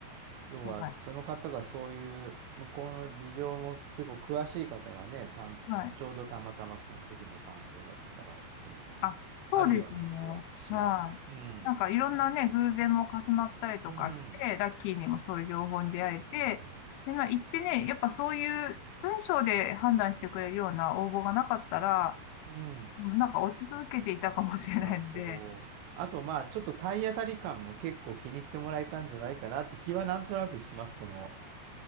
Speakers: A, on the right; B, on the left.
A: 要は、
B: は
A: その方がそういう、向こうの事情も結構詳しい方がね、担ちょうどたまたまその時の担当だったからっていうのも
B: い。はいあ、そうですね。
A: あるような気はします。
B: はい。
A: うん。
B: なんかいろんなね、
A: あ、
B: 偶然も重なったりとかして、
A: うん。
B: ラッキーにもそういう情報に出会えて、
A: そうですね。
B: で、まあ行ってね、やっぱそういう文章で判断してくれるような応募がなかったら、
A: うん。
B: うんなんか落ち続けていたかもしれないんで、
A: なるほど。あと、まあ、ちょっと体当たり感も結構気に入ってもらえたんじゃないかなって気はなんとなくします。その、